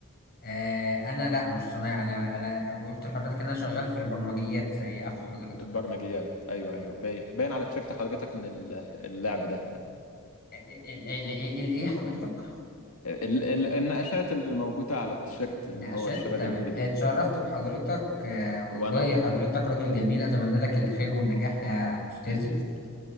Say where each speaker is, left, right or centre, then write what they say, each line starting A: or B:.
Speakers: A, on the left; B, on the left.
A: آه انا لا مش صنايعي انا انا قلت لحضرتك ان انا شغال في البرمجيات زي اخو حضرتك
B: البرمجيات ايوه ايوه باين باين على تيشيرت حضرتك من ال- اللعب ده
A: آه، آه، ال- ال- ال- الايه حضرتك
B: <laughs> ال... ال... النقاشات اللي موجودة على التيشيرت اللي
A: نقاشات
B: هو الشباب
A: تمام
B: الجديد
A: آه، اتشرفت بحضرتك آه والله
B: وانا والله
A: حضرتك راجل جميل اتمنى لك الخير والنجاح يا استاذي
B: بإذن الله